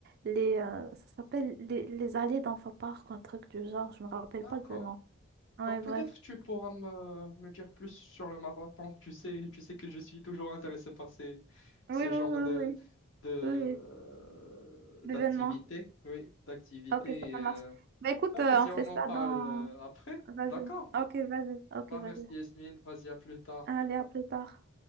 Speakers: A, on the right; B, on the left.
A: les, euh, ça s'appelle les, les allées d'enfants park, ou un truc du genre. Je me rappelle
B: d'accord.
A: pas du nom. Ouais,
B: Donc peut-être
A: bref.
B: tu pourras me, me dire plus sur le marathon. Tu sais, tu sais que je suis toujours intéressé par ces, ces
A: Oui, oui,
B: genres
A: oui,
B: de,
A: oui,
B: de, euh,
A: oui, oui. L'événement.
B: d'activités. Oui, d'activités.
A: Ok, ça
B: euh.
A: marche. Bah écoute,
B: Bah,
A: euh,
B: vas-y,
A: on fait
B: on
A: ça
B: en parle
A: dans...
B: euh, après.
A: Vas-y.
B: D'accord.
A: Ok, vas-y. Ok,
B: Bah,
A: vas-y.
B: merci Yasmine. Vas-y, à plus tard.
A: Allez, à plus tard.